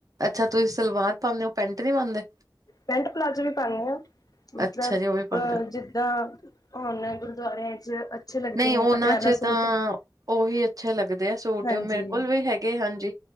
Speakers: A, on the right; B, on the left.
A: ਅੱਛਾ ਤੁਸੀਂ ਸਲਵਾਰ ਪਾਦੇ ਹੋ ਪੈਂਟ ਨਹੀਂ ਪਾਦੇ।
B: ਪੈਂਟ ਪਲਾਜੋ ਵੀ ਪਾਇਆ ਹਾਂ ਮਤਲਬ
A: ਅੱਛਾ ਜੀ ਉਹ ਵੀ ਪਾਉਂਦਾ
B: ਅਹ ਜਿੱਦਾਂ ਹੁਣ ਗੁਰਦੁਆਰਿਆਂ ਚ, ਅੱਛੇ ਲੱਗਦੇ
A: ਨਹੀਂ
B: ਨੇ
A: ਉਹਨਾਂ
B: ਪਟਿਆਲਾ
A: ਚ
B: ਸੂਟ
A: ਤਾਂ ਉਹੀ ਅੱਛੇ ਲੱਗਦੇ ਆ, ਸੂਟ
B: ਹਾਂਜੀ
A: ਮੇਰੇ ਕੋਲ ਵੀ ਹੈਗੇ ਹਾਂਜੀ।